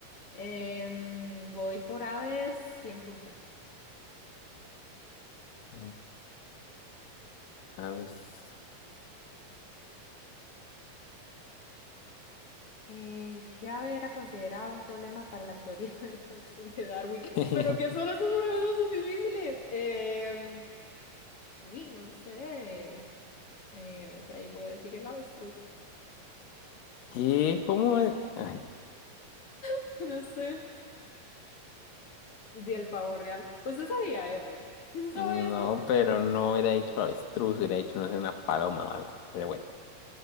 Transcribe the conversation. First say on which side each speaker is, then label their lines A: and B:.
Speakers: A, on the left (about 50°); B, on the left (about 80°).
A: Em, voy por aves, 100 puntos.
B: oh, A Aves.
A: eh, ¿qué ave era considerada un problema para la teoría <laughs> de la evolución de Darwin?
B: <laughs>
A: ¿Pero qué son estos problemas tan difíciles? Em, uy, no sé. Eh, de ahí voy a decir el avestruz.
B: ¿Qué? ¿Cómo es? Ay,
A: <laughs> No sé. Y el pavo real. ¿Usted sabía eso? ¿Quién no sabe
B: no,
A: eso?
B: pero no hubiera dicho avestruz, hubiera dicho, no sé, una paloma o algo. Pero bueno,